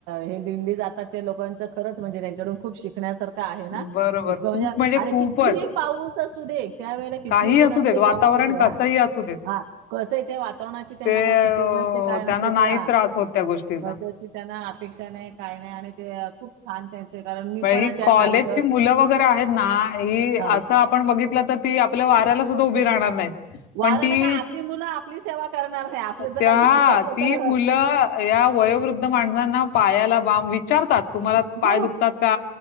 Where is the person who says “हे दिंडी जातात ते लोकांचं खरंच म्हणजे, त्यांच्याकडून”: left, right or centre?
Right